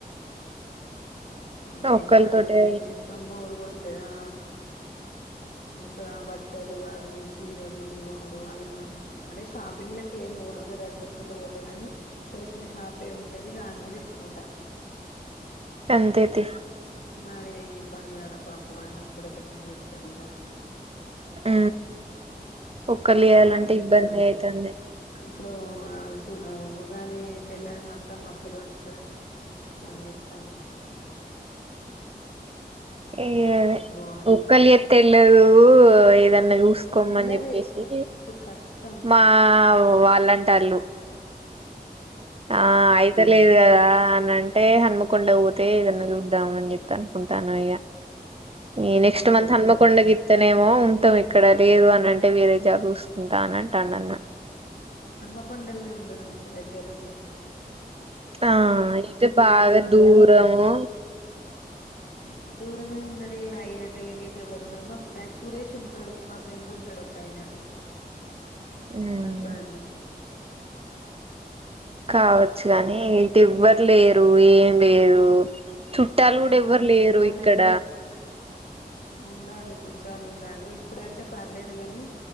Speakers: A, on the left; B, on the right.
A: మరి
B: ఒక్కళతోటే
A: ఖాళీగుండెమ్ చెత్తమ్ బోర్ చెదా ఇంకా బట్టలు అవి చీరలు ఇది కొనుడు అవి కొనుడు అంటే షాపింగ్లకి ఏం పోను ఆ దసరా గిట్ల పోత గని తెలిసిన షాపే ఉంటది ఇగ అన్నే తెచ్చుకుంటా
B: అంతేతి
A: మరి ఇబ్బంది కదా పాపం ఆయన ఒక్కడు ఎంత కాని చేస్తాడు ఇగ
B: ఆ ఒక్కల్ చేయాలంటే
A: మళ్ళీ
B: ఇబ్బందే
A: ఇప్పుడు
B: అయితాంది.
A: ఇప్పుడు అ ఉగాది తెల్లారి మా అత్తమ్మ అప్పులు పంచుతాదట ఫోన్ చెత్తంది
B: ఏ ఇగ అదే
A: ఇప్పుడు పోవాలే
B: ఒక్కల్ తెల్లాదు ఏదన్ చూసుకోమని
A: వెళ్ళది
B: చెప్పేసి
A: మస్తు కష్టం
B: మా ఓ వాళ్ళంటాళ్ళు ఆ అయితే లేదు కదా అంటే హన్మకొండకు పోతే ఏదన్నా చూద్దాం అని చెప్పి అనుకుంటానమ్ ఇగ ఈ
A: హన్మకొండ
B: నెక్స్ట్ మంత్
A: పోతారు
B: హన్మకొండ
A: ఇక
B: కింతానేమో మొత్తం ఇక్కడ లేదు అని అంటే వేరే జాబ్ చూసుకుంటా అని అంటాడ్ అన్న
A: హన్మకొండల్నే ఉండరు మంచి దగ్గరుంది
B: ఆ అయితే బాగా దూరము
A: మంచిగా దూరమే ఉన్నది ఆయెట ఏరియాకి ఎవ్వరు ఉన్నరు మా సురేష్ ఉంటడు మా ఫ్రెండ్ ఉంటడు ఒక ఆయన అటు
B: ఉమ్,
A: మైబాద్ల్నే
B: కావచ్చు కానీ ఇట్ ఎవ్వరు లేరు ఏం లేదు. చుట్టాలు కూడా
A: ఎవరన్నా
B: ఎవ్వరు లేరు
A: ఉండాలే
B: ఇక్కడ
A: ఉండాలి చుట్టాలు ఉండాలి ఇప్పుడంటే పర్లేదు గని